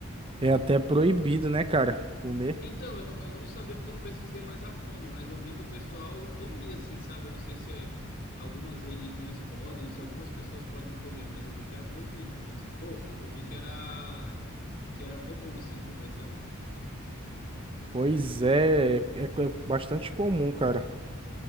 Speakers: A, on the right; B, on the left.
A: É até proibido, né, cara? Comer.
B: Então, eu não, eu não sabia porque eu não pesquisei mais a fundo, mas eu vi que o pessoal comia, assim, sabe? Eu não sei se é- algumas religiões podem, ou se algumas pessoas podem comer, mas eu vi que era proibido mesmo. Ou, eu vi que era que era comum, assim, comer, sabe?
A: Pois é, é, é bastante comum, cara.